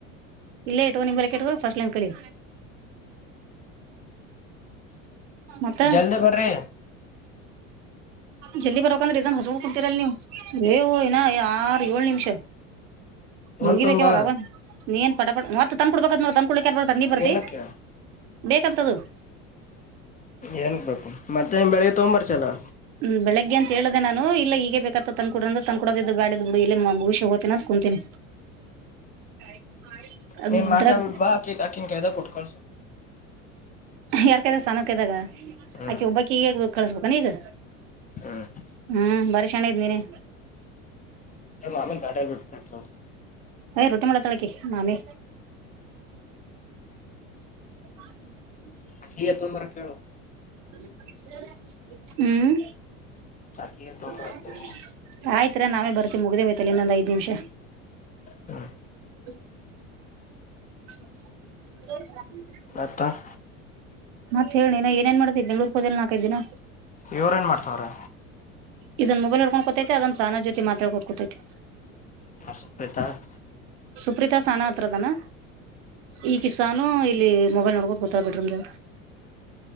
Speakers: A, on the right (about 60°); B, on the left (about 20°).
A: ಇಲ್ಲೇ ಇಡೆಕೊ ನಿರಕ್ ಇಏಕೋ ಫಸ್ಟ್ ಲನ್ ಕಲಿ ಮತ್ತ
B: ಜಲ್ದಿ ಭರ್ರಿ
A: ಜಲ್ದಿ ಬರಕಂದ್ರೆ ಇದನ್ ಹಸ ಕುಡ್ತಿೀರಲ್ ನೀವು ಇಏ ಯಾರ ಏಳ ನಿಮಿಷ
B: ಫೋನ್
A: ಮುಗಿಬೇಕಾವಾಗ
B: ತೊಂಬಾ
A: ನೀನ್ ಪಟ ಪ ಮತ್ತ ತಂದಕೊಡ್ಬೇಕ ನೋ ತಂದಕೊಡ್ಬೇಕ <unintelligible> ನೀಿ ಬರ್ತಿ
B: ಏನಕ್ಕೆ
A: ಬೇಕಂತದು
B: ಏನ್ ಬೇಕು ಮತ್ತೆ್ ಬೆಳಗ್ಗೆ ತ್ಯಾಗೊಡುಬಾರ್ತೀಲವ
A: ಹ್ಮ ಬೆಳಗ್ಗೆ ಅಂತ ಹೇಳೆ ನಾನು ಇಲ್ಲ ಈಗೇ ಬೇಕತ್ತ ತನ್ಕಡ್ರ ತನ್ ಕೊಡೋ ಇದ್ ಬ್ಯಾಡ್ದ ಇೇ ಮುುಷಿ ಹೋ್ಿನನ <unintelligible> ಅದುರಾಗ
B: ನೀನ್ ಮಾತಾಡ್ಬಿಟ್ ಬಾ ಆಕಿ ಆಕಿನ್ ಕೈದಾಗ ಕೊಟ್ ಕಳ್ಸು
A: ಯಾರ್ ಕೈದಾಗ ಸನಾ ಕಾಯ್ದಾಗ
B: ಹ್ಮ್
A: ಆಕೆ ಒಬ್ಬಕಿ ಈಗ್ ಕಳಸ್ಬೇಕಾನ ಈಗ
B: ಹ್ಮ್
A: ಹ್ಮ್ ಬಾರಿ ಶಣ ಇದೆ ನೀೀನೆ
B: ಮಾಮ ಗಡ ಬಿಟ್ಟ ಹೋಗು
A: ರೊಟ್ಟಿ ಮುಳತಳಕ್ಕಿ ಮಾಮಿ <inaudible>
B: ಆಕೆಗೆ ತಗೋಬರಕ ಹೇಳು
A: <unintelligible> ಹ್ಮ್
B: ಆಕಿಗೆ ತೊಂಬರಕ್
A: <unintelligible>
B: ಹೇಳು
A: ಆಯ್ತರ ನಾವೇ ಬರ್ತೀವಿ ಮುಗ್ದೆ ಹೋಯ್ತಲ್ಲ ಇನ್ನೊಂದ್ ಐದ್ ನಿಮಿಷ
B: ಹ್ಮ್
A: ಹ ಸ <unintelligible>
B: ಅತ <unintelligible>
A: ಮತ್ತತ್ ಹೇಳಿ ನಾ ಏನೇನ್ ಮಾಡ್ತತಿ ಬ ಬೆಂಳೂರು ಹೋದಲ್ ನಾಕೈದ ದಿನ
B: ಇವ್ರ ಏನ್ ಮಾಡ್ತಾವ್ರೆ
A: ಇದೊನ್ ಮೊಬೈಲ್ ಹೊೋಡ್ಕೊಂಡ್ಕತೈತೆ ಅದೊನ್ ಸಹಾನಜ ಜೊತಿ ಮಾ ಹಾಡ್ಕೋತ್ಕೋತೈತೆ
B: ಸಪ್ರೇತ <unintelligible>
A: ಪ್ರ್ರೀತಾಸ್ ಅಾನ <unintelligible> ಹತ್ರದನಾ ಈ ಕಿಸಾನು ಇಲ್ಲಿ ಮೊಬೈಲ್ ನೋಡ್ಕೋತ್ <unintelligible> ಬಿಡ್ರಮ್ದ